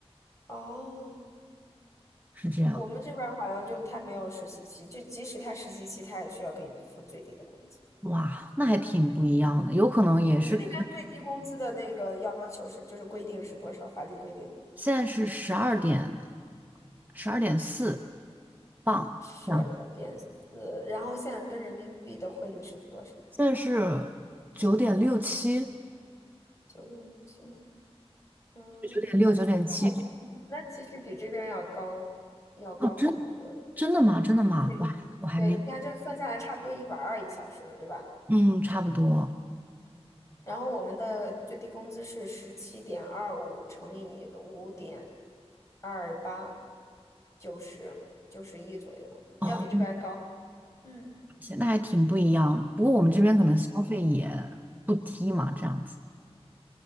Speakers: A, on the left; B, on the right.
A: 哦，
B: 是这样。
A: 我们这边儿好像就他没有实习期，就即使他实习期，他也需要给你付最低的工资。
B: 哇，那还挺不一样的，有可能也是。
A: 你们那边最低工资的那个要求是，就是规定是多少？法律规定
B: 现在是十二点，十二点四磅这样
A: 十二点四，然后现在跟人民币的汇率是多少？
B: 现在是九点六七，
A: 九点六七五。嗯，
B: 九点六，九点七。
A: 那还其那其实比这边要高，要高很多。
B: 哦，真真的吗？真的吗？
A: 对，
B: 哇，我还没有，
A: 对，你看这算下来差不多一百二一小时了，对吧？
B: 嗯，差不多。
A: 然后我们的最低工资是十七点二五乘以五点二八，九十九十一左右，
B: 哦，
A: 要比这边儿高。嗯，
B: 那那还挺不一样。不过我们这边可能消费也不低嘛，这样子。